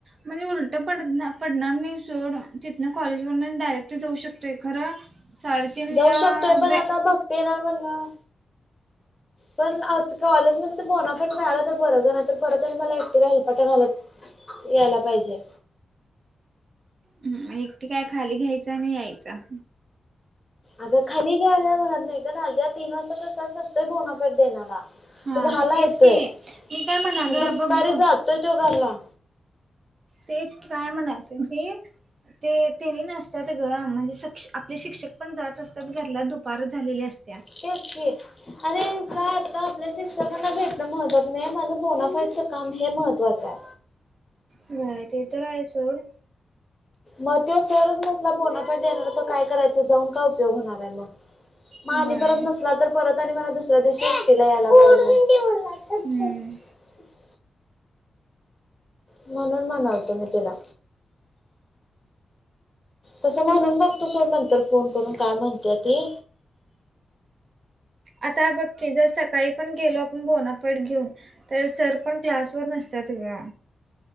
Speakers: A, on the right; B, on the left.
A: म्हणजे उलट पड पडणार नाही सोड. तिथन कॉलेज वरण डायरेक्ट जाऊ शकतोय खरं. साडेतीनला
B: जाऊ शकतोय पण
A: बे
B: आता भक्ती येणार म्हणल्यावर. पण कॉलेजमध्ये तर बोनाफाईड मिळालातर बर ग. नाहीतर परत आणि मला एकटीला हेलपाटे घालत. यायला पाहिजे.
A: हम् आणि एकटी काय खाली घ्यायचं आणि यायचं.
B: अगं खाली घ्यायला म्हणत नाही ग. नाजीया तीन वाजता. तो सर नसतोय बोनाफाईड देणारा.
A: हां
B: तो दहाला
A: तेच
B: येतोय.
A: की मी काय म्हणालो
B: आणि दुपारी
A: बघ बोल
B: जातोय. तो घरला.
A: तेच काय म्हणाली ती. ते त्यांनी नसतात ग. म्हणजे आपले शिक्षक पण जात असतात घरला. दुपार झालेली असते.
B: तेच की आणि काय ते आपल्या शिक्षकांना भेटण महत्त्वाचं नाही. माझे बोनाफाईड काम हे महत्त्वाचं आहे.
A: होय ते तर आहे सोड.
B: मग तो सरच नसला बोनाफाईड देणार तर. काय करायचं जाऊन काय उपयोग होणार आहे मग.
A: व्हय
B: आणि परत नसला तर. परत आणि मला दुसऱ्या दिवशी एकटीला यायला पाहीजे.
A: हम्म
B: <unintelligible> म्हणून म्हणालतो मी तुला. तसं म्हणून बघतो सोड. नंतर फोन करून काय म्हणते ती.
A: आता बघ की जर सकाळी. पण गेलो आपण बोनाफाईड घेऊन तर सर पण क्लासवरर नसतात ग.